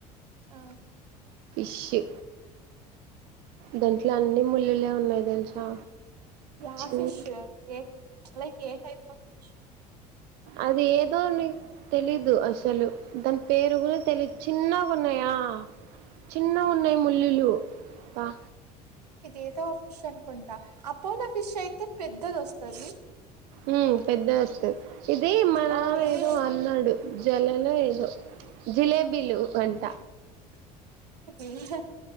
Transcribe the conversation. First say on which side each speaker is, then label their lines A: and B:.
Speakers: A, on the right; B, on the right.
A: ఆ
B: షి దాంట్లో అన్ని ముల్లులే ఎన్ని ఉన్నాయి తెలుసా
A: య
B: చిన్
A: fish a like a type of fish
B: అది ఏదో నీకు తెలీదు అసలు దాని పేరు గూడ తెలిదు చిన్నగా ఉన్నాయా చిన్నగున్నయ్ ముల్లులు ప
A: ఏదొ ఫిష్ అనుకుంటా అపోలో ఫిష్ అయితే పెద్దది వస్తది
B: ఉ పెద్దది వస్తాది ఇది మన
A: ఆ ఇవి
B: ఏదో అన్నాడు జలలో ఏదో జిలేబ్ బిలువు వంట
A: ఎలి హో.